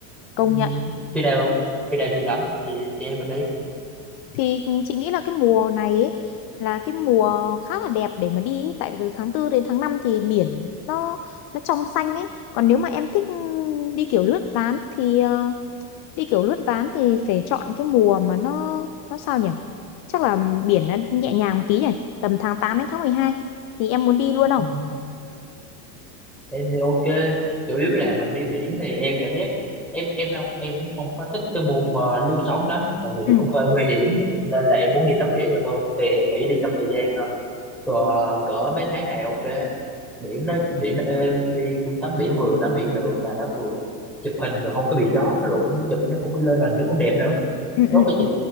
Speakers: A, on the left; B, in the centre.
A: công
B: ừ.
A: nhận.
B: khi nào khi nào chị rảnh thì chị em mình đi
A: Thì chị nghĩ là cái mùa này ấy, là cái mùa khá là đẹp để mà đi ấy. tại vì từ tháng tư đến tháng 5 thì biển nó nó trong xanh ấy. Còn nếu mà em thích đi kiểu lướt ván thì ờ, đi kiểu lướt ván thì phải chọn cái mùa mà nó nó sao nhỉ? Chắc là biển nó nhẹ nhàng một tí nhỉ, tầm tháng 8 đến tháng 12 thì em muốn đi luôn không?
B: ừ. em thì ok chủ yếu là mình đi biển thì em cảm giác em em không em cũng không có thích cái môn mà lướt sóng lắm tại vì nó
A: Ừ,
B: cũng hơi nguy hiểm nên là em muốn đi tắm biển nhiều hơn thì em nghĩ đi trong thời gian ờ, cỡ mấy tháng này ok biển nó biển nó êm đi cũng tắm biển vừa tắm biển được mà nó vừa chụp hình rồi không có bị gió rồi cũng chụp nó cũng lên hình nó cũng đẹp nữa
A: ừ,
B: tốt
A: ừ.
B: hả
A: ừ.
B: chị